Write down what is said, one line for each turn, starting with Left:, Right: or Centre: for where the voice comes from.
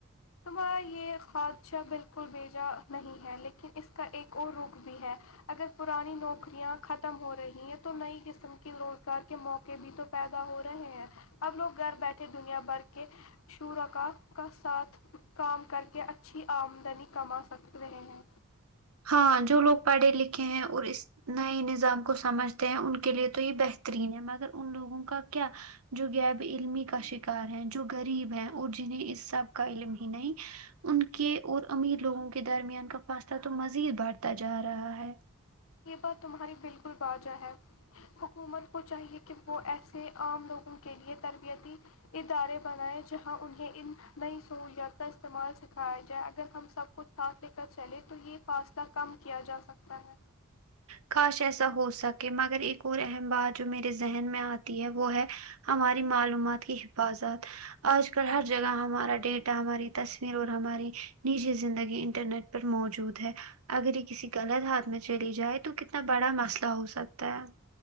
Left: تمہارا یے خادشہ بالکل بھیجا نہیں ہے لیکن اس کا ایک اور رخ بھی ہے اگر پرانی نوکریاں ختم ہو رہی ہیں تو نئی قسم کے روزگار کے موقع بھی تو پیدا ہو رہے ہیں اب لوگ گھر بیٹھے دنیا بھر کے شورکا کا ساتھ کام کر کے اچھی آمدنی کما سکھ رہے ہیں
Right: ہاں ہاں جو لوگ پڑھے لکھے ہیں اور اس نئے نظام کو سمجھتے ہیں ان کے لیے تو یے بہترین ہے مگر ان لوگوں کا کیا جو غیب علمی کا شکار ہے جو غریب ہے اور جنہیں اس سب کا علم ہی نہیں ان کے اور امیر لوگوں کے درمیان کا فاصلہ تو مزید بڑھتا جا رہا ہے
Left: یے بات تمہاری بالکل باجہ ہے حکومت کو چاہیے کہ وہ ایسے عام لوگوں کے لیے تربیتی ادارے بنائے جہاں انہیں ان نئی سہولیات کا استعمال سکھایا جائے اگر ہم سب کچھ ساتھ لے کر چلیں تو یے فاصلہ کم کیا جا سکتا ہے
Right: کاش ایسا ہو سکے مگر ایک اور اہم بات جو میرے ذہن میں اتی ہے وہ ہے ہماری معلومات کی حفاظت آج کل ہر جگہ ہمارا ڈیٹا ہماری تصویر اور ہماری نجی زندگی انٹرنیٹ پر موجود ہے اگر یے کسی غلط ہاتھ میں چلی جائے تو تو کتنا بڑا مسئلہ ہو سکتا ہے